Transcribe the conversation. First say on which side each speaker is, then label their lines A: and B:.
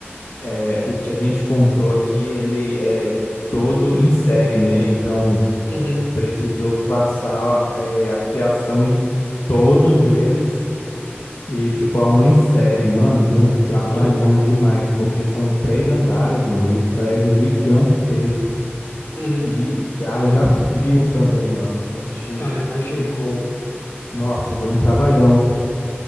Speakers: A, on the left; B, on the left.
A: É, o que a gente comprou aqui, ele é todo em série, né? Então,
B: Uhum,
A: precisou passar é, a fiação em todos eles e de forma em série. Mano, deu um trabalhão
B: ah,
A: demais, porque são três andares, mano, e o prédio gigantesco.
B: uhum.
A: E haja fio também, mano. E a gente
B: Ah, imagino.
A: ficou... Nossa, deu um trabalhão.